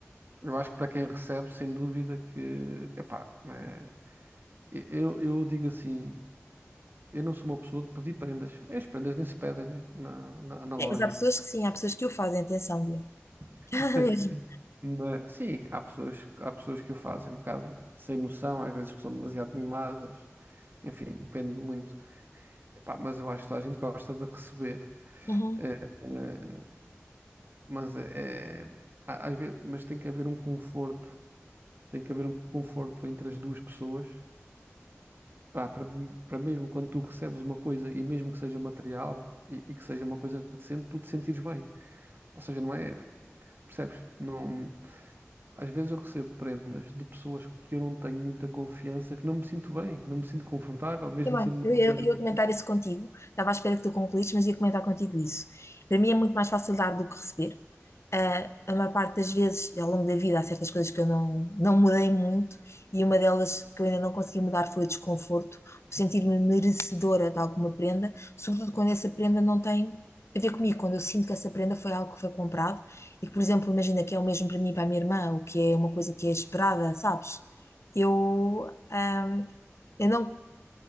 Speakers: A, on the right; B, on the left.
A: Eu acho que para quem recebe, sem dúvida que. Epá, é, eu, eu digo assim, eu não sou uma pessoa de pedir prendas. É, As prendas nem se pedem, né? Na, na, na lógica.
B: Sim, mas há pessoas que sim, há pessoas que o fazem, atenção, Diogo.
A: <laughs>
B: <laughs> Mesmo.
A: Mas, sim, há pessoas, há pessoas que o fazem um bocado sem noção, às vezes que são demasiado mimadas. Enfim, depende muito. Epá, mas eu acho que toda a gente gosta de receber.
B: Uhum.
A: eh, eh, mas é, é- há- às vezes, mas tem que haver um conforto, tem que haver um conforto entre as duas pessoas, pá, para, para mesmo quando tu recebes uma coisa e mesmo que seja material e, e que seja uma coisa decente, tu te sentires bem. Ou seja, não é, percebes? Não, às vezes eu recebo prendas de pessoas que eu não tenho muita confiança, que não me sinto bem, não me sinto confortável, mesmo
B: Também.
A: sendo uma
B: Eu, eu,
A: prenda
B: eu ia comentar
A: decente.
B: isso contigo. Estava à espera que tu concluísse, mas ia comentar contigo isso. Para mim é muito mais fácil dar do que receber. Ah, a maior parte das vezes, ao longo da vida, há certas coisas que eu não, não mudei muito, e uma delas que eu ainda não consegui mudar foi o desconforto, o sentir-me merecedora de alguma prenda, sobretudo quando essa prenda não tem a ver comigo, quando eu sinto que essa prenda foi algo que foi comprado e que, por exemplo, imagina que é o mesmo para mim e para a minha irmã, o que é uma coisa que é esperada, sabes? Eu, ah, eu não